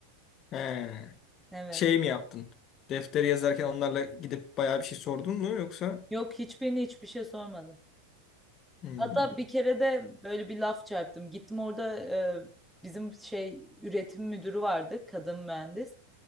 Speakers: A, on the left; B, in the centre.
A: He.
B: Evet.
A: Şey mi yaptın? Defteri yazarken onlarla gidip bayağı bir şey sordun mu yoksa?
B: Yok hiçbirine hiçbir şey sormadım.
A: Hmm.
B: Hatta bir kere de böyle bir laf çarptım. Gittim orada e, bizim şey üretim müdürü vardı, kadın mühendis.